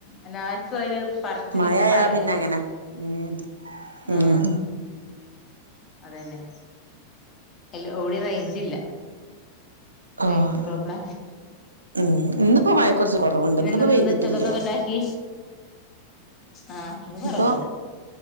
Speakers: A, on the left (about 30°); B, on the right (about 75°).
A: എല്ലാർക്കും ഒരു പറച്ചില്
B: മയആയാ
A: ഇങ്ങനെ പറയ്ണ്ട്
B: പിന്നെ അങ്ങനെ ഉം
A: ആഹ്
B: ഉം
A: അതന്നെ എല്ലോ എവുടിം റെയ്ഞ്ചില്ല
B: ആഹ്
A: റെയ്ഞ്ച് പ്രോബ്ല
B: ഉം ഇന്ന്പ്പോ മഴക്കൊറച്ച് കൊറവ്ണ്ട്
A: പിന്നെ
B: ഇന്ന്പ്പോ
A: എന്തെന്ന്
B: പെയ്ത്ട്ട്ല്ല
A: എന്താ ഉച്ചക്കൊക്കെ ഉണ്ടാക്കി ആഹ് ഇന്ന് കൊറവുണ്ട്
B: ഇപ്പൊ